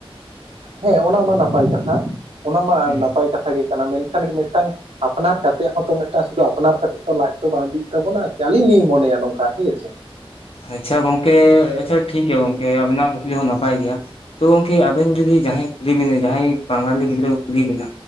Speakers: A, on the right; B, on the left.
A: ᱦᱮᱸ ᱚᱱᱟ ᱢᱟ ᱱᱟᱯᱟᱭ ᱠᱟᱛᱷᱟ ᱚᱱᱟ ᱢᱟ
B: ᱦᱩᱸ
A: ᱱᱟᱯᱟᱭ ᱠᱟᱛᱷᱟ ᱜᱮ ᱠᱟᱱᱟ ᱢᱮᱱᱠᱷᱟᱱ ᱢᱤᱫᱴᱟᱝ ᱟᱯᱱᱟᱨ ᱠᱟᱛᱮᱜ ᱦᱚᱸᱛᱚ ᱢᱮᱴᱟᱝ ᱥᱩᱫᱩ ᱟᱯᱱᱟᱨ ᱠᱟᱛᱮᱜ ᱦᱚᱸᱛᱚ ᱢᱮᱜᱴᱟᱝ ᱞᱟᱡ ᱛᱚ ᱵᱟᱝ ᱵᱤᱜ ᱛᱟᱵᱚᱱᱟ ᱟᱨᱠᱤ ᱟᱞᱤᱧ ᱞᱤᱧ ᱢᱚᱱᱮᱭᱟ ᱱᱚᱝᱠᱟ ᱴᱷᱤᱠ ᱟᱪᱪᱷᱮ
B: ᱟᱪᱪᱷᱟ ᱜᱚᱝᱠᱮ ᱟᱪᱪᱷᱟ ᱴᱷᱤᱠ ᱜᱮᱭᱟ ᱜᱚᱝᱠᱮ ᱟᱵᱤᱱᱟᱜ ᱠᱩᱠᱞᱤ ᱦᱚᱸ ᱱᱟᱯᱟᱭ ᱜᱮᱭᱟ᱾ ᱛᱚ ᱜᱚᱝᱠᱮ ᱟᱵᱮᱱ ᱡᱩᱫᱤ ᱡᱟᱦᱟᱸᱭᱮ ᱠᱩᱞᱤ ᱵᱤᱱᱟ ᱡᱟᱦᱟᱸᱭᱮ ᱵᱟᱝᱟᱞᱤ ᱜᱤᱫᱽᱨᱟᱹ ᱠᱩᱞᱤ ᱵᱤᱱᱟ